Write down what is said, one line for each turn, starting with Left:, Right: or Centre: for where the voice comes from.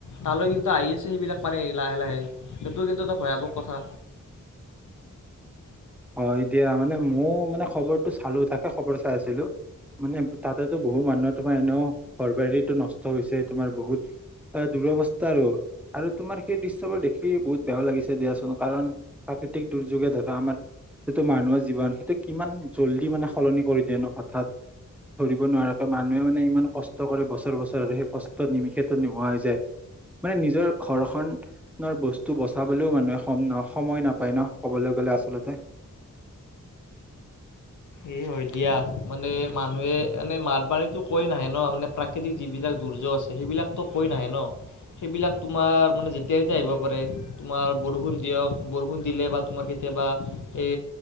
Left: তালৈ কিন্তু আহি আছে সেইবিলাক পানী। লাহে লাহে সেইটো কিন্তু এটা ভয়াৱক কথা।
Centre: হয় দিয়া মানে মোৰ মানে খবৰটো চালো থাকে খবৰ চাই আছিলোঁ। মানে তাতেতো বহু মানুহ তোমাৰ এনেও ঘৰ বাৰী নষ্ট হৈছে তোমাৰ বহুত। দুৰৱস্থাৰো আৰু তোমাৰ সেই দৃশ্যবোৰ দেখি বহুত বেয়া লাগিছে দিয়াচোন কাৰণ প্ৰাকৃতি দুৰ্যোগে ধৰা আমাৰ সেইটো মানুহৰ জীৱন সেইটো কিমান জল্দি মানে সলনি কৰি দিয়ে ন হঠাৎ। ধৰিব নোৱাৰাকৈ মানুহে মানে ইমান কষ্ট কৰে বছৰ বছৰেৰে সেই কষ্ট নিমিষত নোহোৱা হৈ যায়। মানে নিজৰ ঘৰখন বস্তু বচাবলৈও মানুহে ন সময় নাপায় ন ক'বলৈ গ'লে আচলতে। ত <inaudible>
Left: এই হয় দিয়া মানে মানুহে এনে মাত পানীতো কৈ নাহে ন মানে প্ৰাকৃতিক যিবিলাক দুৰ্যোগ আছে সেইবিলাকতো কৈ নাহে ন। সেইবিলাক তোমাৰ মানে যেতিয়াই যেতিয়া আহিব পাৰে তোমাৰ বৰষুণ দিয়ক বৰষুণ দিলে বা তোমাৰ তি কেতিয়াবা এই